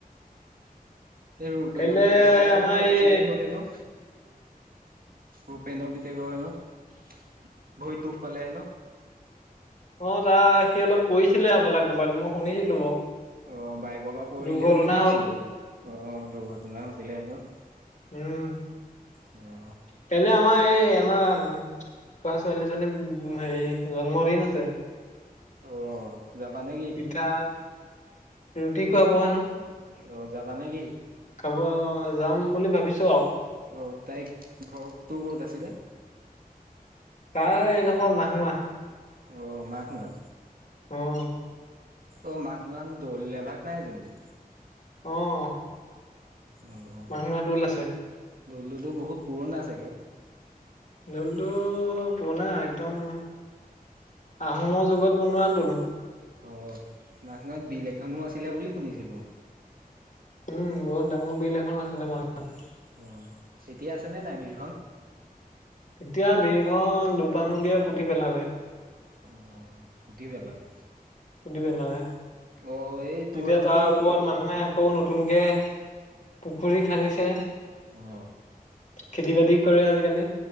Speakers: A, on the right; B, on the left.
A: এই ৰূপেন
B: কাইলে
A: বিধেকৰ হেনো
B: আমাৰ
A: এক্সিডেণ্ট
B: এই
A: হ'ল হেনো ৰূপেন পিটকৰ হেনো, বহত দুখ পালে হেনো
B: অ', তাৰ সি অলপ পৰিছিলে হ'ব লা ক'ৰবাত মই শুনিছিলো বাৰু
A: অ, বাইকৰ পৰা পৰিলে
B: দুৰ্ঘটনা
A: বুলি শুনিছিলো,
B: হ'ল।
A: অ', দুৰ্ঘটনা হৈছিলে হেনো
B: উম,
A: অ',
B: <unintelligible> আমা এই আমা খুৰা ছোৱালীজনী হেৰি জন্ম দিন আছে
A: অ', যাবা নেকি?
B: পিঠা ৰুটি খুৱাব হেনো
A: অ', যাবা নে কি?
B: খাব, যাম বুলি ভাবিছো আৰু
A: অ', তাইক ঘৰ তোৰ ক'ত আছিলে
B: তাই এইডোখৰ মাঘনোৱা
A: অ, মাঘনোৱা
B: অ',
A: অ', মাঘনোৱাত দৌল এভাগ নাই জানো
B: অ',
A: অ',
B: মাঘনোৱা দৌল আছে।
A: দলুটো বহুত পুৰণা চাগে
B: দোলটো পৰনা, একদম আহোমৰ যুগত বনোৱা দোল-
A: অ ', মাঘনোৱাত বিল এখনো আছিলে বুলি শুনিছিলো
B: উম, বহুত ডাঙৰ বিল এখন আছিলে মাঘনোৱাত
A: অ', এতিয়া আছে নে নাই বিলখন
B: এতিয়া, বিৰখন দুপাং নদিয়ে পুতি পেলালে
A: অ', পুতি পেলালে
B: পুটি পেলালাে
A: অ', তোমালোকৰ
B: এতিয়া তাৰ
A: এই
B: ওপৰত মানুহে আকৌ নতুনকে পুখুৰী খান্দিছে
A: অঁ
B: খেতি বাতি কৰে আজিকালি